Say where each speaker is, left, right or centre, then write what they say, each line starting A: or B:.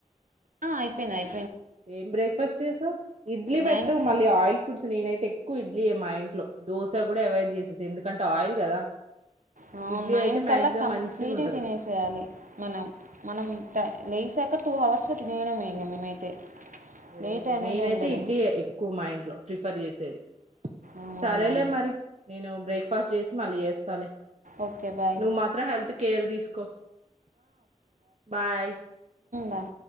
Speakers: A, on the right; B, on the right.
A: ఆ అయిపోయినాయి.
B: ఏం బ్రేక్ ఫాస్ట్ చేసావ్ ఇడ్లీ పెట్టు
A: నైన్
B: మళ్ళీ ఆయిల్ ఫుడ్స్ నేనైతే <unintelligible> క్కు ఇడ్లియే మా ఇంట్లో దోశ కూడా అవయిడ్ చేసేస ఎందుకంటే ఆయిల్ కదా
A: అవును
B: ఇడ్లీ
A: నైన్
B: అయితే మాక్సిమం
A: కల్లా కంప్లీట్
B: మంచిగా ఉంటది
A: గా తినేసేయాలి మనం మనం లేసా క టు అవర్స్ లో తినయడంమే ఇంగ మేమైతే
B: వెరీ
A: లేట్
B: గుడ్
A: అనేది
B: నేనైతే
A: ఉండదు
B: ఇడ్లీయే ఎక్కువ మా ఇంట్లో ప్రిఫర్ చేసేది
A: అవును
B: సరేలే మరి, నేను బ్రేక్ ఫాస్ట్ చేసి మళ్ళీ ఏస్తాలే
A: ఓకే బాయ్
B: నువ్వు మాత్రం హెల్త్ కేర్ తీసుకో బాయ్.
A: బాయ్